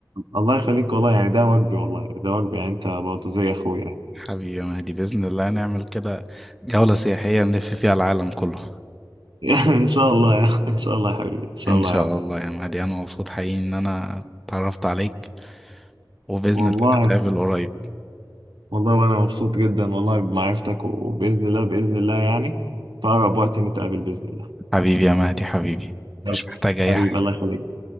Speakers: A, on the right; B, in the centre.
A: الله يخليك والله يعني ده واجبي والله ده واجبي يعني انت برضه زي اخويا يعني.
B: حبيبي يا مهدي بإذن الله نعمل كده جولة سياحية نلف فيها العالم كله
A: <laughs> ان شاء الله يا ان شاء الله يا حبيبي ان شاء
B: إن
A: الله
B: شاء
A: يا عبد
B: الله يا مهدي أنا مبسوط حقيقي إن أنا اتعرفت عليك وبإذن
A: والله
B: الله نتقابل قريب
A: والله وانا مبسوط جدا والله بمعرفتك وباذن الله باذن الله يعني في اقرب وقت نتقابل باذن الله
B: حبيبي يا مهدي حبيبي
A: يلا
B: مش محتاج أي
A: حبيبي
B: حاجة
A: الله يخليك